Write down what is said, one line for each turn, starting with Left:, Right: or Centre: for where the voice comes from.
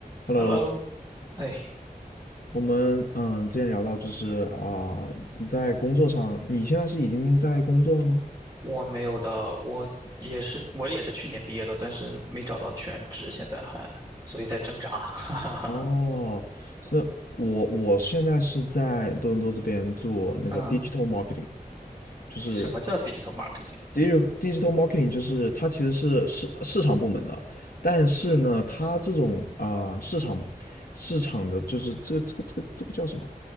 Left: Hello，
Right: Hello，哎，
Left: 我们嗯之前聊到就是啊、你在工作上，你现在是已经在工作了吗？
Right: 我没有的，我也是，我也是去年毕业的，但是没找到全职，现在还，所以在挣扎。<laughs> 哈哈哈。
Left: 哦，是我我现在是在多伦多这边做那个
Right: 嗯，
Left: digital marketing，就是
Right: 什么叫 digital marketing？
Left: digital digital marketing 就是它其实是市市场部门的，但是呢，
Right: 嗯，
Left: 它这种啊、市场市场的就是这个这个这个这个叫什么？